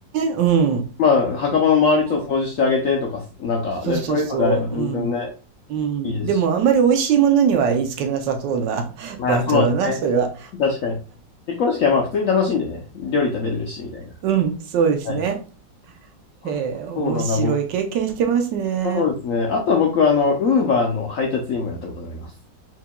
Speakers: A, on the right; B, on the left.
A: うん。
B: まあ墓場の周りちょっと掃除してあげてとか、
A: でも
B: なんかね、
A: そうそうそう、
B: そういうのであれば全然ね、
A: うん、うん。
B: いいですし。
A: でもあんまり美味しいものには言いつけなさそうな <laughs>
B: まあそうですね。
A: バイトだな、それは。
B: 確かに。結婚式はまあ普通に楽しんでね、料理食べれるし、みたいな。
A: うん、そうですね。
B: はい。あ、
A: えー、面白い経験してますね。
B: そうだな、僕そうですね。あとは僕は、あの、ウーバーの配達員もやったことがあります。